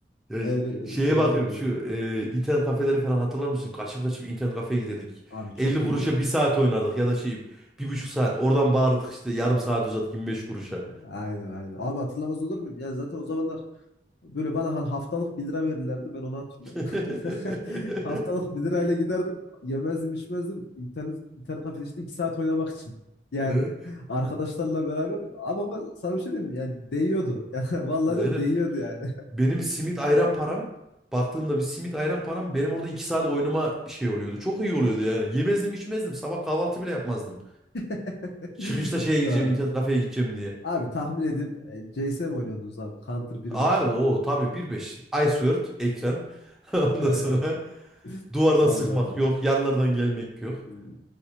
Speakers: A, in the centre; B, on the left.
A: Ya
B: Öyle
A: şeye
B: şeyler
A: bakıyorum
B: vardı.
A: şu e, internet kafeleri falan hatırlar mısın? Kaçıp kaçıp internet kafeye giderdik.
B: Abi çok
A: 50 kuruşa
B: iyiydi.
A: bir saat oynardık ya da şey bir buçuk saat. Oradan bağırdık işte yarım saat uzat 25 kuruşa.
B: Aynen aynen. Abi hatırlamaz olur muyum? Yani zaten o zamanlar böyle bana ha- haftalık bir lira verirlerdi. Ben onu hatırlıyorum.
A: <laughs>
B: <laughs> Haftalık bir lirayla giderdim. Yemezdim içmezdim. İnternet, internet kafede işte 2 saat oynamak için. Yani
A: Evet.
B: arkadaşlarla beraber. Abi ama sana bir şey diyeyim mi? Yani değiyordu. <laughs> Yani vallahi
A: Aynen.
B: diyorum değiyordu yani.
A: Benim bir simit ayran param. Baktığımda bir simit ayran param benim orada 2 saat oynama şey oluyordu. Çok iyi oluyordu yani. Yemezdim içmezdim. Sabah kahvaltı bile yapmazdım.
B: <laughs>
A: Çıkışta şeye gideceğim
B: Doğru.
A: internet kafeye gideceğim
B: Abi tahmin edeyim e, CS'm oynuyordunuz abi. Counter 1.5.
A: Aa, o tabii bir beş Ice Word ekran. <laughs> Ondan
B: Ee,
A: sonra
B: <laughs>
A: duvardan
B: vallahi
A: sıkmak
B: öyle.
A: yok. Yanlardan gelmek yok.
B: Hmm.